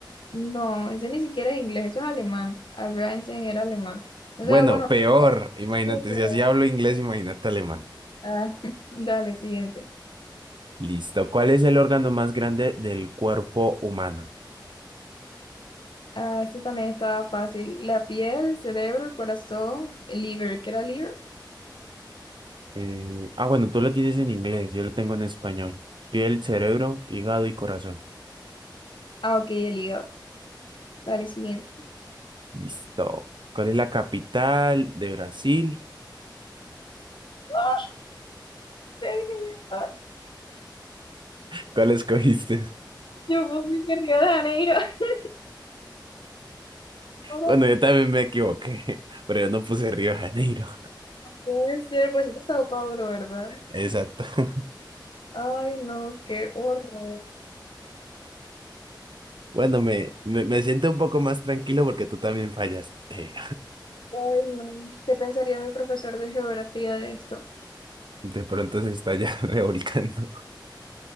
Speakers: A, on the left (about 80°); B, on the right (about 75°).
A: No, ese ni siquiera es inglés, eso es alemán. Albert Einstein era alemán. O
B: Bueno,
A: sea, bueno,
B: peor.
A: era- sí,
B: Imagínate,
A: pero-
B: si así hablo inglés, imagínate alemán.
A: ah, <laughs> dale, siguiente.
B: Listo. ¿Cuál es el órgano más grande del cuerpo humano?
A: Ah, ese también estaba fácil. La piel, el cerebro, el corazón, el liver. ¿Qué era liver?
B: Eh, ah, bueno, tú lo tienes en inglés, yo lo tengo en español. Piel, cerebro, hígado y corazón.
A: Ah, ok, el hígado. Dale, siguiente.
B: Listo. ¿Cuál es la capital de Brasil?
A: ¡Ah! <laughs>
B: <laughs> ¿Cuál escogiste?
A: Yo puse que Río de Janeiro. <laughs> Ahora
B: Bueno, yo también me equivoqué, <laughs> pero yo no puse Río de Janeiro.
A: puede ser, pues es Sao Paulo, ¿verdad?
B: <laughs> Exacto.
A: Ay, no, qué horror.
B: Bueno, me, me, me siento un poco más tranquilo porque tú también fallas. Eh,
A: Ay, no. ¿Qué pensaría mi profesor de geografía de esto?
B: <laughs> y de pronto se está ya <laughs> revolcando.